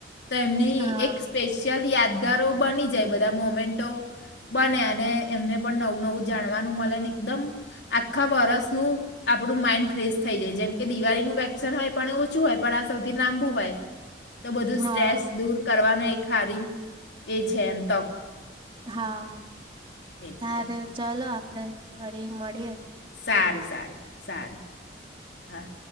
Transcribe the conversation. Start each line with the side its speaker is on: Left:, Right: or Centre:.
Left: તો એમની
Right: હા.
Left: એક સ્પેશિયલ યાદ ગારો બની જાય, બધા મોમેન્ટો બને અને એમને પણ નવું નવું જાણવાનું મળેને એકદમ આખા વર્ષનું આપણું માઈન્ડ ફ્રેશ થઈ જાય જેમકે દિવાળીનું વેકેશન હોય પણ ઓછું હોય પણ આ સ લાંબુ હોય તો બધું
Right: હા
Left: સ્ટ્રેસ દૂર કરવાનો એક થારી એ છે એમ તક
Right: હા.
Left: એટલે
Right: સારું ચલો. આપડે ફરી મળીએે
Left: સારું. સારું. સારું. હા